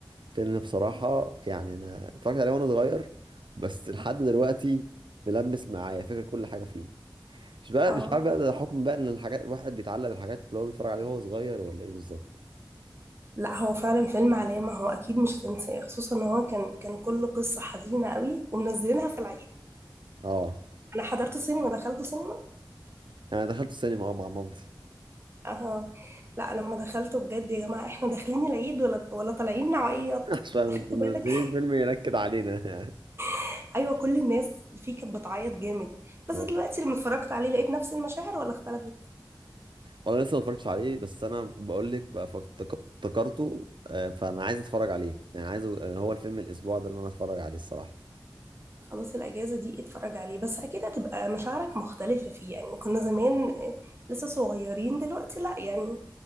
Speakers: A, on the right; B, on the right.
A: فيلم بصراحه يعني انا اتفرجت عليه وانا صغير بس لحد دلوقتي ملمس معايا فاكر كل حاجه فيه مش بقى
B: اه
A: مش عارف بقى ده حكم بقى ان الحاجات الواحد بيتعلق بالحاجات اللي هو بيتفرج عليها وهو صغير ولا ايه بالظبط
B: لا هو فعلا فيلم علامة هو اكيد مش هتنساه خصوصا ان هو كان كان كله قصة حزينة قوي ومنزلينها في العيد
A: اه
B: انا حضرته سينما دخلته سينما
A: انا دخلت السينما اه مع مامتي
B: اه لا لما دخلته بجد يا جماعة احنا داخلين العيد ولا ولا طالعين نعيط
A: <laughs> عشان
B: اخدت
A: انتوا
B: بالك
A: منزلين فيلم ينكد علينا <laughs> يعني
B: <laughs> ايوه كل الناس فيه كانت بتعيط جامد بس
A: آه.
B: دلوقتي لما اتفرجت عليه لقيت نفس المشاعر ولا اختلفت
A: وانا لسه ما اتفرجتش عليه بس انا بقول لك بقى فافتك- افتكرته آه، فانا عايز اتفرج عليه يعني عايز هو الفيلم الاسبوع ده اللي انا اتفرج عليه الصراحه
B: خلاص الاجازة دي اتفرج عليه بس اكيد هتبقى مشاعرك مختلفة فيه يعني كنا زمان آه، لسه صغيرين دلوقتي لا يعني